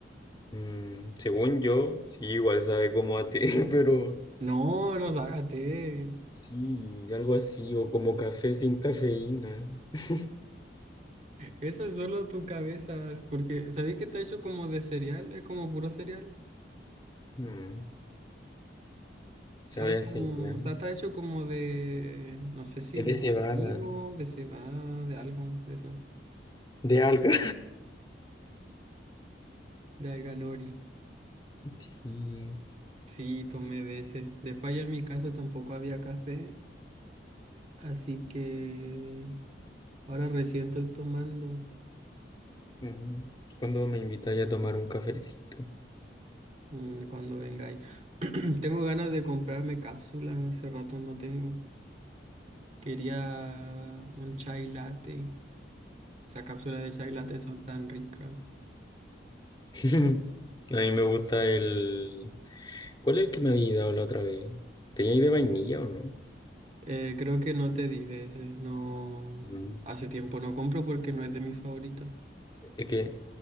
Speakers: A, on the left; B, on the right.
A: Mm, según yo, sí, igual sabe como a té, <laughs> pero
B: No, no sácate.
A: sí, algo así, o como café sin cafeína. <laughs>
B: Eso es solo tu cabeza. Porque, ¿sabéis que está hecho como de cereal? Es como puro cereal.
A: Mm, sabe
B: ¿Sabes
A: a
B: como,
A: cereal.
B: O sea, está hecho como de, no sé si
A: Es
B: de
A: de cebada,
B: trigo, de cebada, de algo, de eso.
A: de alga.
B: De alga nori.
A: <laughs> Sí.
B: Sí, tomé de ese. Después allá en mi casa tampoco había café. Así que ahora recién estoy tomando
A: Mm, ¿Cuándo me invitáis a tomar un cafecito?
B: mm, cuando vengáis. <clears throat> Tengo ganas de comprarme cápsulas. Hace rato no tengo. Quería un chai latte. Esa cápsula de chai latte son tan ricas.
A: <laughs> A mí me gusta el... ¿Cuál es el que me había dado la otra vez? ¿Tenía ahí de vainilla o no?
B: Eh, creo que no te di de ese. No.
A: Mm.
B: Hace tiempo no compro porque no es de mis favoritos.
A: Es que,